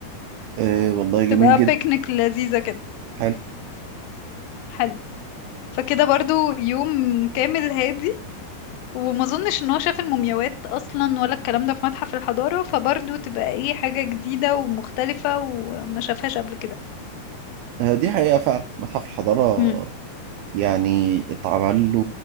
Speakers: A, on the right (about 85°); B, on the left (about 85°).
A: آه والله جميل
B: تبقى
A: جدا
B: بيكنيك لذيذة كده
A: حلو
B: حلو فكده برضو يوم كامل هادي وما اظنش ان هو شاف المومياوات اصلا ولا الكلام ده في متحف الحضارة فبرضه تبقى ايه حاجة جديدة ومختلفة وما شافهاش قبل كده
A: آه دي حقيقة فعلا متحف الحضارة
B: مم.
A: يعني اتعمل له